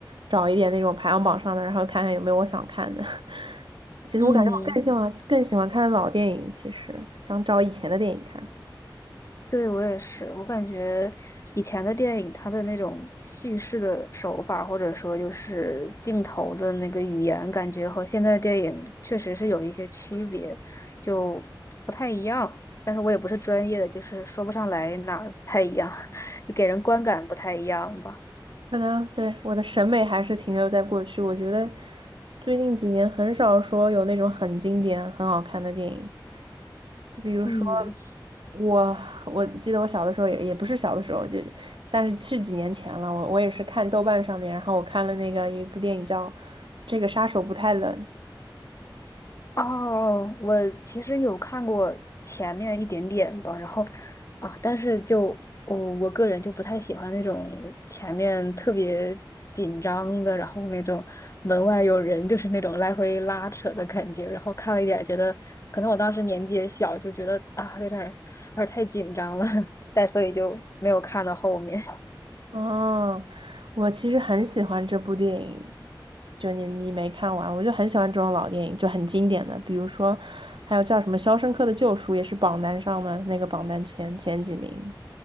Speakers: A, on the right (about 85°); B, on the left (about 35°).
A: 找一点那种排行榜上的，然后看看有没有我想看的。<laughs> 其实我感觉我更喜欢更喜欢看老电影，
B: 嗯。
A: 其实想找以前的电影看。
B: 对，我也是，我感觉以前的电影，它的那种叙事的手法，或者说就是镜头的那个语言，感觉和现在的电影确实是有一些区别，就不太一样。但是我也不是专业的，就是说不上来哪儿不太一样，<laughs> 就给人观感不太一样吧。
A: 可能对我的审美还是停留在过去，我觉得最近几年很少说有那种很经典、很好看的电影。就比如说
B: 嗯，
A: 我，我记得我小的时候也也不是小的时候，就但是是几年前了。我我也是看豆瓣上面，然后我看了那个有一部电影叫《这个杀手不太冷》，
B: 哦，我其实有看过前面一点点吧，然后啊，但是就我我个人就不太喜欢那种前面特别紧张的，然后那种门外有人，就是那种来回拉扯的感觉。然后看了一点，觉得可能我当时年纪也小，就觉得啊，有点儿有点儿太紧张了，<laughs> 但所以就没有看到后面。
A: 哦，我其实很喜欢这部电影，就你你没看完，我就很喜欢这种老电影，就很经典的，比如说还有叫什么《肖申克的救赎》，也是榜单上的那个榜单前前几名。